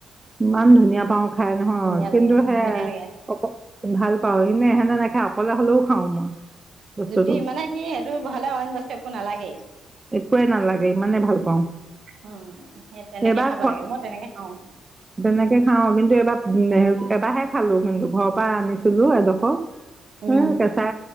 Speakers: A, on the right; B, on the right.
A: ইমান ধুনীয়া <unintelligible> পাওঁ হয় নহয়
B: ধুনীয়া
A: কিন্তু
B: লাগে
A: সে
B: ধুনীয়া লাগে
A: অ ভাল পাও ইনে এহেতে নেখায় অকলে হ'লেও খাওঁ মই বস্তুটো
B: জোতি মানে কি সেইটো ভালে অইন বস্তু একো নালাগেই
A: একোৱেই নালাগে ইমানে ভাল পাওঁ
B: উম সেই তেনেকে
A: এইবাৰ
B: খাব
A: খোৱা
B: লাগে মই তেনেকে খাওঁ
A: তেনেকে খাওঁ কিন্তু এইবাৰ এবাৰহে খালো কিন্তু ঘৰপা <unintelligible> পা আনিছিলো এডোখৰ
B: উম
A: এ কেঁচা